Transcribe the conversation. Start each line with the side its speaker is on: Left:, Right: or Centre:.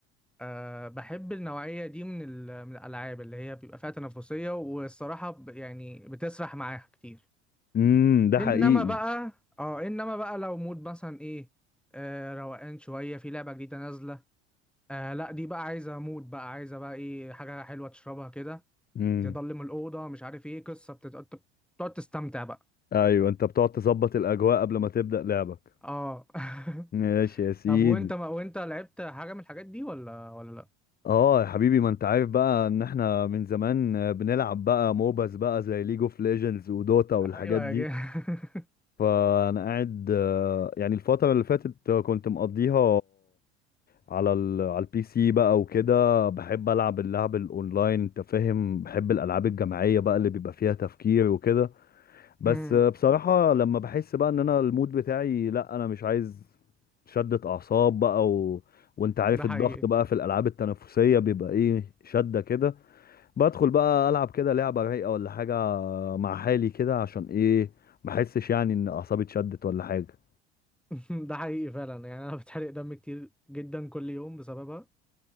Centre: آه، بحب النوعيه دي من ال- من الالعاب اللي هي بيبقى فيها تنافسيه والصراحه ب- يعني بتسرح معاها كتير
Left: امم ده
Centre: انما
Left: حقيقي
Centre: بقى اه انما بقى لو مود مثلا ايه آه، روقان شويه في لعبه جديده نازله آه لا دي بقى عايزه مود بقى عايزه بقى ايه حاجه حلوه تشربها كده
Left: امم
Centre: تضلم الأوضة مش عارف ايه قصة بتت- بت- بتقعد تستمتع بقى
Left: ايوه انت بتقعد تظبط الاجواء قبل ما تبدأ لعبك
Centre: اه <laughs>
Left: ماشي يا سيدي
Centre: طب وانت ما وانت لعبت حاجة من الحاجات دي ولا ولا لا
Left: اه يا حبيبي ما انت عارف بقى ان احنا من زمان بنلعب بقى موباز بقى زي ليج اوف ليجندز ودوتا والحاجات
Centre: ايوه
Left: دي
Centre: يا جه <laughs>
Left: فانا قاعد آه، يعني الفتره اللي فاتت آه، كنت مقضيها على ال على البي سي بقى وكده بحب العب اللعب الاونلاين انت فاهم بحب الالعاب الجماعيه بقى اللي بيبقى فيها تفكير وكده بس
Centre: أمم،
Left: آه، بصراحه لما بحس بقى ان انا المود بتاعي لا انا مش عايز شدة اعصاب بقى و... وانت عارف
Centre: ده حقيقي
Left: الضغط بقى في الالعاب التنافسيه بيبقى ايه شده كده بدخل بقى العب كده لعبه رايقه ولا حاجه مع حالي كده عشان ايه ما احسش يعني ان اعصابي اتشدت ولا حاجه
Centre: <laughs> ده حقيقي فعلا يعني انا بتحرق دم كتير جدا كل يوم بسببها